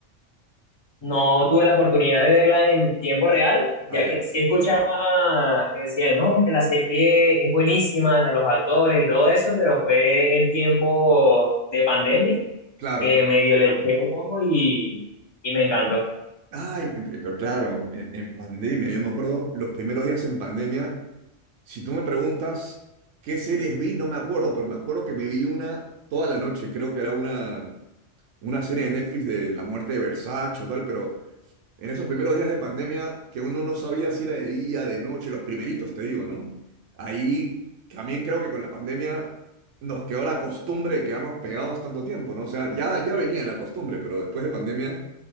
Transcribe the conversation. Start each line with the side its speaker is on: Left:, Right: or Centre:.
Left: No tuve la oportunidad de verla en tiempo real, ya
Right: Ah, ya,
Left: que sí escuchaba que decían, no, que la serie es buenísima, a los actores y todo eso, pero fue en tiempo de pandemia
Right: claro.
Left: que medio le eché un ojo y, y me encantó.
Right: Ah, en- en- pero claro, en, en pandemia, yo me acuerdo los primeros días en pandemia, si tú me preguntas qué series vi, no me acuerdo, pero me acuerdo que me vi una toda la noche, creo que era una, una serie de Netflix de la muerte de Versace o tal, pero en esos primeros días de pandemia, que uno no sabía si era de día, de noche, los primeritos, te digo, ¿no? Ahí también creo que con la pandemia nos quedó la costumbre de quedarnos pegados tanto tiempo, ¿no? O sea, ya, ya venía la costumbre, pero después de pandemia